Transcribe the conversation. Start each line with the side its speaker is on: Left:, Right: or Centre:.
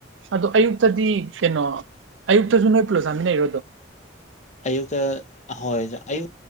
Right: ꯑꯗꯣ ꯑꯌꯨꯛꯇꯗꯤ ꯀꯩꯅꯣ ꯑꯌꯨꯛꯇꯁꯨ ꯅꯣꯏ ꯄꯨꯜꯂꯣ ꯆꯥꯃꯤꯟꯅꯩꯔꯣꯗꯣ
Left: ꯌꯨꯛꯇ ꯑꯍꯣꯏ ꯖ ꯑꯌꯨ